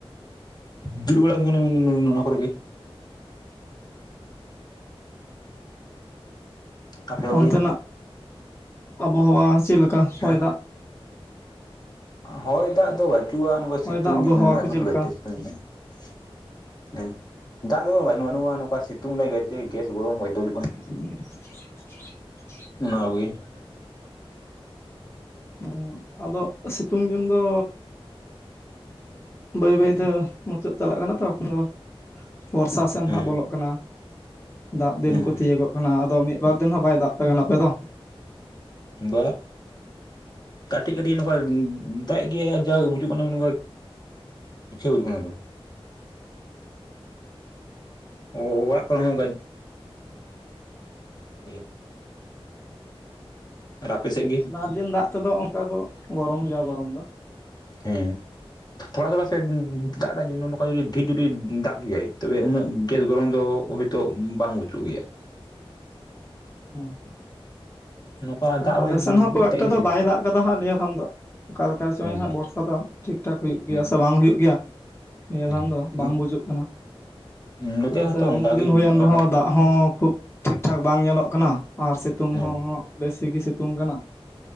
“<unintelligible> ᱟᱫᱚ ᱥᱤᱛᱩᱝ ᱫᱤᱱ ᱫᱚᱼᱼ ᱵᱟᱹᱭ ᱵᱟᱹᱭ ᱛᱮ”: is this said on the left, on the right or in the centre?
Left